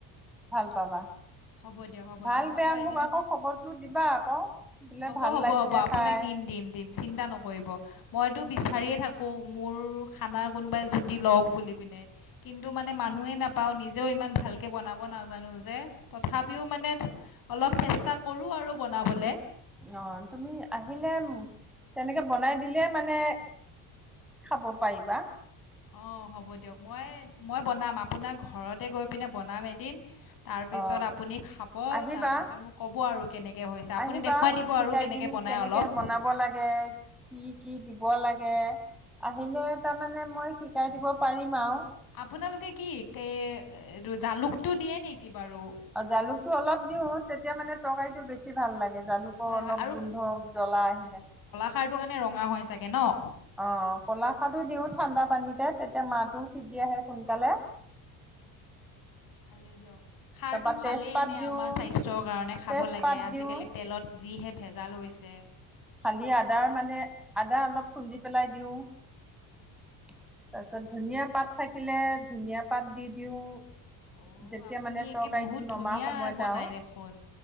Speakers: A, in the centre; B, on the left (about 55°).
A: ভাল পাবা
B: হ'ব দিয়ক হ'ব
A: ভাল
B: দিয়ক মই
A: বেয়া
B: বাৰু
A: মোক
B: এদিন
A: আকৌ খবৰটো দিবা আকৌ বোলে
B: হ'ব
A: ভাল
B: হ'ব
A: লাগিছে
B: হ'ব আপোনাক
A: খাই
B: দিম দিম দিম চিন্তা নকৰিব মই <unintelligible> বিচাৰিয়ে থাকো মোৰ খানা কোনোবাই জুতি লগ বুলি পিনে কিন্তু মানে মানুহে নেপাওঁ নিজেও ইমান ভাল কে বনাব নাজানো যে তথাপিও মানে অলপ চেষ্টা কৰোঁ আৰু বনাবলে
A: অ তুমি আহিলে তেনেকে বনাই দিলে মানে খাব পাৰিবা
B: অ হ'ব দিয়ক মই মই বনাম আপোনাৰ ঘৰতে গৈ পিনে বনাম এদিন তাৰ পিছত
A: অ
B: আপুনি খাব
A: আহিবা
B: তাৰপিছত মোক ক'ব আৰু কেনেকৈ হৈছে আপুনি
A: আহিবা
B: দেখুৱাই দিব
A: শিকাই
B: আৰু কেনেকৈ
A: দিম
B: বনাই
A: কেনেকে
B: অলপ
A: বনাব লাগে কি কি দিব লাগে আহিলে তামানে মই শিকাই দিব পাৰিম আৱ
B: আপোনালোকে কি এ এটো জালুকটো দিয়ে নেকি বাৰু
A: অ', জালুকটো অলপ দিওঁ তে তেতিয়া মানে তৰকাৰীটো বেছি ভাল লাগে জালুকৰ
B: হয়
A: অলপ
B: হয়
A: গোন্ধ জ্বলা আহিলে
B: খাৰটোৰ কাৰণে ৰঙা হৈ চাগে ন
A: আহ কলাখাৰতো দিও ঠাণ্ডা পানীতে তেতিয়া মাহটো সিজি আহে সোনকালে
B: ভালেই দিয়ক খাৰটো
A: তাৰপা তেজপাত
B: ভালেই এনে
A: দিওঁ
B: আমাৰ স্বাস্থ্যৰ কাৰণে খাব
A: তেজপাত
B: লাগে আজিকালি
A: দিওঁ
B: তেলত যিহে ভেজাল হৈছে।
A: খালি আদাৰ মানে আদা অলপ খুন্দি পেলাই দিওঁ। তা তাত ধুনীয়া পাত থাকিলে ধুনীয়া পাত দি দিওঁ
B: অ
A: যেতিয়া
B: আপুনি
A: মানে তৰকাৰীটো
B: একে বহুত
A: নমা
B: ধুনীয়া
A: সময়ত
B: বনাই
A: আৰু
B: দেখোন